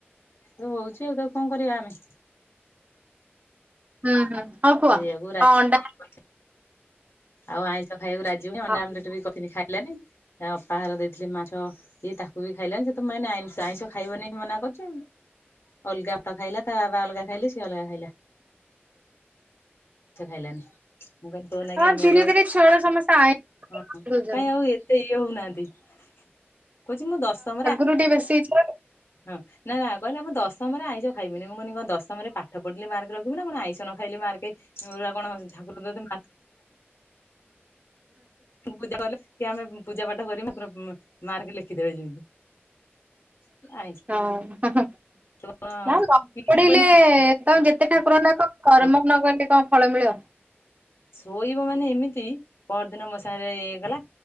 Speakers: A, on the left; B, on the right.
A: ତ ହଉଛି ଆଉ ତ କଣ କରିବା ଆମେ?
B: ହୁଁ ହୁଁ। ହଉ କୁହ
A: ସେଇଆକୁ ରାଜିବ
B: କଣ ଅଣ୍ଡା
A: ଆଉ ଆଇଁଷ ଖାଇବାକୁ ରାଜିବନି ଅଣ୍ଡା
B: ହଁ।
A: ଆମଟ ବିିନି ଖାଇ <inaudible> ଅପାହାର ଦେଇଥିଲି ମାଛ ଇଏ ତାକୁ ବି ଖାଇଲାନି ସେ ତ ମଁ ଆ ଆଇଁଷ ଖାଇବନି ମନା କରୁଛ ଆଉ। ଅଲଗା ତ ଖାଇଲା ତା ବାବା ଅଲଗା ଖାଇଲି ସିଏ ଅଲଗା ଖାଇଲା। ମାଛ ଖାଇଲାନି ମୁଁ କି ତୋଉ ନ
B: ହଁ
A: କି ଆମେ
B: ଧୀରେ
A: ବି ଆଉ
B: ଧୀରେ ଛୁଆଗୁରା ସମସ୍ତେ ଆଇଁଷ
A: ହଁ
B: ଦଉଛନ୍ତି।
A: କାଇଁ ଆଉ ଇଏ ଇଏ ହଉନାହାନ୍ତି କହୁଛି ମୁଁ ଦଶମରେ
B: <unintelligible>
A: <unintelligible> ହଁ ନା ନା କହିଲା ମୁଁ ଦଶମରେ ଆଇଷ ଖାଇବିନି ମୁଁ କନି କଣ ଦଶମରେ ପାଠ ପଢିଲି ମାର୍କ ରଖିବି ଆଇଁଷ ଖାଇଲେ ମାର୍କ <inaudible> ଠାକୁର ଦେ <inaudible> ପୂଜା କଲେ କି ଆମେ ପ ପୂଜା ପାଠ କରି ତାର ମ ମାକେ ଲେଖିଦେବେ ଯେମିତି। <inaudible>
B: <inaudible> ନାଁ ନ
A: କଣ ମୁଁ
B: ପଢିଲେ
A: କହିଲି
B: ତମ ଯେତେ ଠାକୁର ନାଁ କ କରମ
A: ହଁ
B: ନ କଲେ କଣ ଫଳ ମିଳ।
A: ଶୋଇବ ମାନେ ଏମିତି ପରଦିନ ମୋ ସାଗେରେ ଇଏ କଲା।